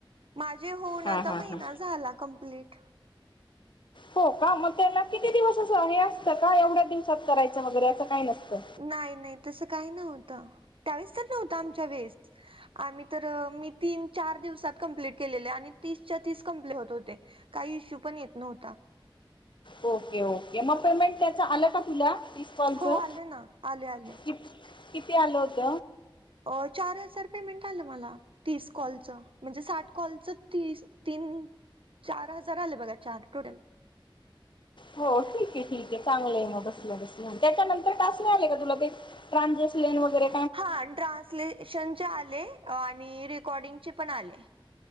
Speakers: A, on the right; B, on the left.
A: माझे होऊन
B: हा
A: आता
B: हा
A: महिना
B: हा.
A: झाला कंम्प्लीट.
B: हो का मग त्याला किती दिवस अस हे असतं का एवढ्या दिवसात करायचं वगैरे असं काही नसतं.
A: नाही नाही तसं काही नव्हतं त्यावेळेस तर नव्हतं आमच्या वेळेस आम्ही तर मी तीन चार दिवसात कंप्लीट केलेले आणि तीसच्या तीस कंप्ली होत होते काही इश्यू पण येत नव्हता.
B: ओके ओके मग पेमेंट त्याच आलं का तुला? कॉलचं?
A: हो आल ना आले आले.
B: कि किती आल होत?
A: अ चार हजार पेमेंट आलं मला तीस कॉलचं म्हणजे साठ कॉलच ती तीन, चार हजार आले बघा चार टोटल.
B: हो ठीक आहे ठीक आहे चांगलंय मग बसल्या बसल्या त्याच्यानंतर टास्क नाही आलेय का तुला बे ट्रांजेशलेन वगैरे,
A: हा ट्रान्सलेशनचे आले आणि रेकॉर्डिंगचे पण आले.